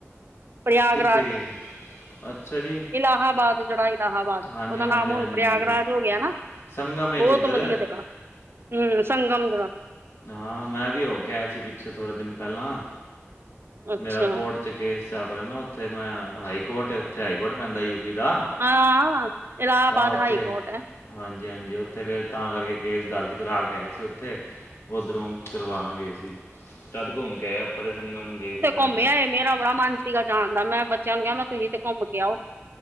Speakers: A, on the right; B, on the left.
A: ਪ੍ਰਯਾਗਰਾਜ
B: ਕਿੱਥੇ ਗਏ ਸੀ? ਅੱਛਾ ਜੀ,
A: ਇਲਾਹਾਬਾਦ ਜਿਹੜਾ
B: ਹਾਂਜੀ,
A: ਦਾ
B: ਹਾਂਜੀ,
A: ਨਾਮ ਹੁਣ
B: ਹਾਂਜੀ,
A: ਪ੍ਰਯਾਗਰਾਜ
B: ਹਾਂਜੀ।
A: ਹੋ ਗਿਆ ਨਾ
B: ਸੰਗਮ ਏ
A: ਬਹੁਤ
B: ਜਿੱਧਰ,
A: ਵਧੀਆ ਜਗ੍ਹਾ ਹਮ ਸੰਗਮ ਜਗਾ
B: ਹਾਂ ਮੈਂ ਵੀ ਹੋ ਗਿਆ ਸੀ ਪਿੱਛੇ ਥੋੜੇ ਦਿਨ ਪਹਿਲਾਂ
A: ਅੱਛਾ
B: ਮੇਰਾ ਕੋਰਟ 'ਚ ਕੇਸ ਚੱਲ ਰਿਹਾ ਨਾ ਉੱਥੇ ਮੈਂ ਹਾਈ ਕੋਰਟ ਉੱਥੇ ਹਾਈ ਕੋਰਟ ਪੈਂਦਾ ਯੂਪੀ ਦਾ
A: ਆਾਂ ਇਲਾਹਾਬਾਦ
B: ਆ ਉੱਥੇ
A: ਹਾਈ ਕੋੋਟ
B: ਹਾਂਜੀ ਹਾਂਜੀ ਉੱਥੇ ਫੇਿਰ ਤਾਂ ਕਰਕੇ ਕੇਸ ਦਰਜ ਕਰਾ ਕੇ ਆਏ ਸੀ ਉੱਥੇ ਉਧਰੋਂ ਕਰਵਾਉਣ ਗਏ ਸੀ ਜਦ ਘੁੰਮ ਕੇ ਆਏ ਆਪਾਂ ਤੇ ਸੰਗਮ ਗਏ ਸੀ ਤਾਂ
A: ਘੁੰਮਿਆ
B: ਹੀ ਕਰਕੇ,
A: ਹੈ ਮੇਰਾ ਬੜਾ ਮਨ ਸੀਗਾ ਜਾਣ ਦਾ ਮੈਂ ਬੱਚਿਆਂ ਨੂੰ ਕਿਹਾ ਮੈਂ ਤੁਸੀਂ ਤੇ ਘੁੰਮ ਕੇ ਆਓ